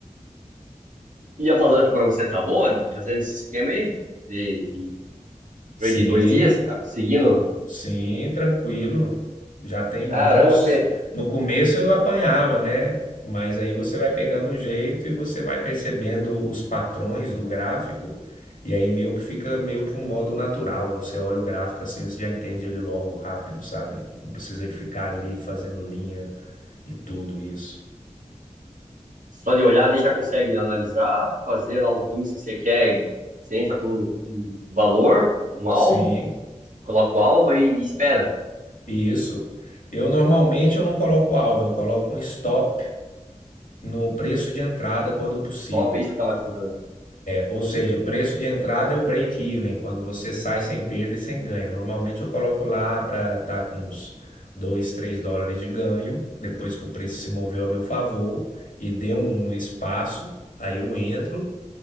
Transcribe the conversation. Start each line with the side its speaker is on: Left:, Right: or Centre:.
Right: e a balança para você tá boa né? fazendo esse esquema aí? De, de
Left: Sim,
Right: trade de dois dias? Tá conseguindo?
Left: Sim, tranquilo. Já tem
Right: Caramba,
Left: anos.
Right: você
Left: No começo eu apanhava, né? Mas aí você vai pegando o jeito e você vai percebendo os patrões do gráfico, e aí meio que fica meio que um modo natural. Você olha o gráfico assim, você já entende ele logo, rápido, sabe? Não precisa de ficar ali fazendo linha e tudo isso.
Right: só de olhar daí já consegue analisar, fazer lá os números que você quer. Você entra com com um valor, um alvo,
Left: Sim,
Right: coloca o alvo e, e espera.
Left: isso. Eu normalmente eu não coloco alvo, eu coloco um stop no preço de entrada quando possível.
Right: Top, é isso que eu tava tentando.
Left: Ou seja, o preço de entrada é o break-even, quando você sai sem perda e sem ganho. Normalmente eu coloco lá para estar tá com uns 2, 3 dólares de ganho, depois que o preço se moveu a meu favor e deu um espaço, aí eu entro